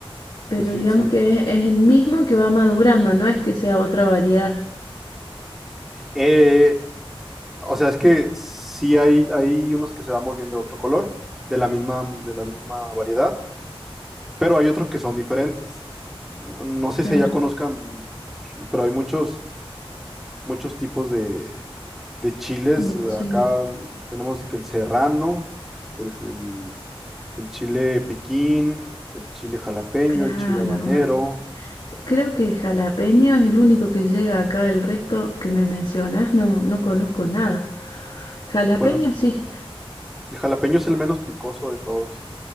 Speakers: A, on the left (about 50°); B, in the centre.
A: pero
B: Entonces,
A: digamos
B: sí, sí.
A: que es, es el mismo que va madurando, no es que sea otra variedad.
B: Eh, O sea, es que sí hay, hay unos que se van volviendo de otro color, de la misma, de la misma variedad, pero hay otros que son diferentes. No, no sé
A: Claro,
B: si ya conozcan, pero hay muchos, muchos tipos de, de chiles.
A: de
B: Acá
A: chile.
B: tenemos de que el serrano, el, el- el chile piquín, el chile jalapeño,
A: Claro,
B: el chile habanero.
A: ah, creo que el jalapeño es el único que llega acá, el resto que me mencionas no, no conozco nada. Jalapeño
B: Bueno,
A: sí.
B: el jalapeño es el menos picoso de todos.